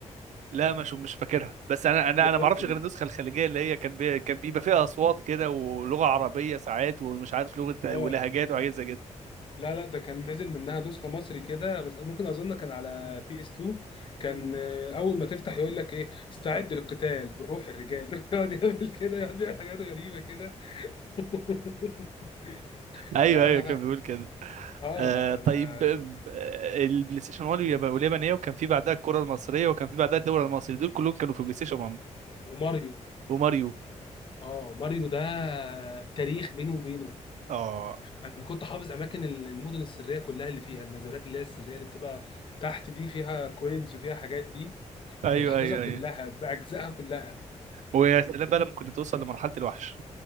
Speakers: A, on the right; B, on the left.
A: لا مش مش فاكرها بس انا انا
B: يا
A: انا ما
B: راجل
A: اعرفش غير النسخه الخليجيه اللي هي كان بي... كان بيبقى فيها اصوات كده ولغه عربيه ساعات ومش عارف لغه ولهجات
B: اه
A: وحاجات زي كده
B: لا لا ده كان نزل منها نسخة مصري كده بس ممكن أظن كان على بي اس 2 كان
A: <laughs>
B: آه، أول ما تفتح يقول لك إيه استعد للقتال بروح الرجال <laughs> يقعد يعمل كده يقعد يعمل حاجات غريبة كده <laughs>
A: ايوه
B: لا
A: ايوه
B: لا
A: كان
B: لا
A: بيقول كده
B: آه
A: آه طيب
B: أنا
A: آه، البلاي ستيشن 1 يبقى واليابانيه وكان في بعدها الكره المصريه وكان في بعدها الدوري المصري دول كلهم كانوا في بلاي ستيشن 1
B: وماريو
A: وماريو
B: آه ماريو ده تاريخ بيني وبينه
A: اه
B: أنا كنت حافظ أماكن المدن السرية كلها اللي فيها النزلات اللي هي السرية اللي بتبقى تحت دي فيها كوينز وفيها حاجات دي
A: ايوه
B: كنت حافظها
A: ايوه
B: كلها
A: ايوه
B: بأجزائها كلها
A: ويا سلام بقى لما كنت توصل لمرحله الوحش